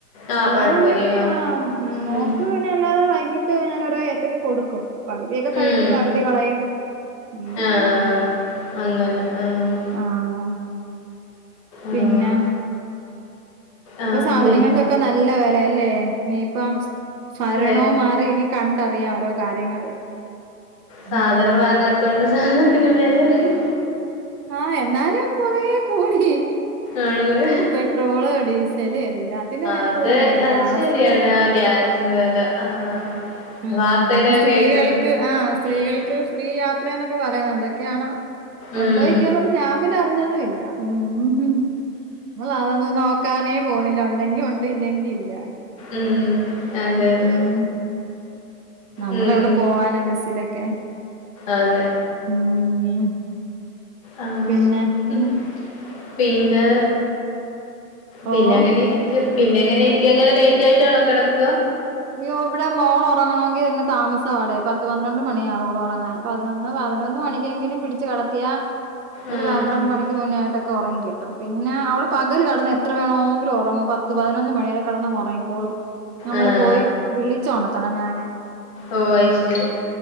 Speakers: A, on the left; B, on the right.
A: ആഹ്
B: അല്ലാന്നുണ്ടെങ്കിൽ
A: പഴംപൊരി
B: ആഹ് മോക്ക്
A: ഉം
B: പിന്നെ അല്ലാതെ വൈകീട്ട് ഞാനോരോ ഏത്തയ്ക്കാ കൊടുക്കും. പകുതിയൊക്കെ കഴിക്കും
A: ഉം
B: പകുതി കളയും ഉം..
A: ആഹ് അങ്ങനെ ആഹ്..
B: ആഹ്.
A: ആഹ്.
B: പിന്നെ
A: ആഹ്
B: ഇപ്പൊ സാധനങ്ങൾക്കൊക്കെ
A: പിന്നെ
B: നല്ല വെലയല്ലേ ഇനിയിപ്പ ഭരണം
A: വേ
B: മാറി അപ്പഇനി കണ്ടറിയാം ഓരോ കാര്യങ്ങള്.
A: സാധനം
B: ഉം
A: വാങ്ങാത്തോണ്ട് സാധനത്തിന് വെലറിയും
B: ആഹ് എന്നാലും കൊറേ കൂടി ഇ
A: ആണല്ലോ?
B: ട്രോള് ഡീസല് എല്ലാത്തിനും വെലകൂടൊല്ല്യാ
A: അത് അത്
B: ഗ്യാസ്
A: ശരിയാണ് ആ ഗ്യാസ്
B: ഉം
A: വെല ആഹ്
B: ഉ
A: വാർത്തയിലൊക്കെ
B: പിന്നെ സ്ത്രീകൾക്ക്
A: കേക്കുന്നുണ്ട്
B: ആഹ് സ്ത്രീകൾക്ക്
A: ഉം
B: ഫ്രീ യാത്രന്നൊക്കെ പറയുന്നുണ്ട്. ക്കയാണ് ഒണ്ടോ
A: ഉം
B: ഇല്ലയോന്നൊന്നും ഞാൻ പിന്നെ അറിഞ്ഞതും ഇല്ല ഉം. മ്മള് അതൊന്നും നോക്കാനേ പോന്നില്ല ഒണ്ടെങ്കി ഉണ്ട് ഇല്ലെങ്കിൽ ഇല്ല
A: ഉം. അതെ
B: ഉം.
A: അതെ.
B: നമ്മളെവിടെ
A: ഉം
B: പോവാനാ ബസ്സിലൊക്കെ?
A: അതെ.
B: ഉം
A: ആഹ്
B: പിന്നെ ഉം.
A: പിന്നെ പിന്നങ്ങനെ
B: ഓഹ്.
A: ഇരിക്കും പിന്നെ എങ്ങനെരിക്ക എങ്ങനെ ലേറ്റ് ആയിട്ടാണോ കെടക്ക
B: ഇയ്യോ ഇവിടെ മോളോറങ്ങണോങ്കി ഇങ് താമസാടെ പത്ത് പന്ത്രണ്ട് മണിയ ഓളൊറങ്ങാൻ പതിനൊന്ന് പതിനൊന്ന് മണിക്കെങ്കിലും പിടിച്ച് കെടത്തിയാ ഒരു
A: ആഹ്
B: പന്ത്രണ്ട് മണിക്ക് മുന്നേയായിട്ടൊക്കെ ഒറങ്ങി കിട്ടും പിന്നെ അവള് പ കല് കെടന്ന് എത്ര വേണോങ്കിലും ഒറങ്ങും പത്ത് പതിനൊന്ന് മണിവരെ കെടന്നങ്ങുറങ്ങിക്കോളും
A: ആഹ്
B: പോയി വിളിച്ചോണർത്തണം ഞാന്
A: ഓഹ് അയ് ശരി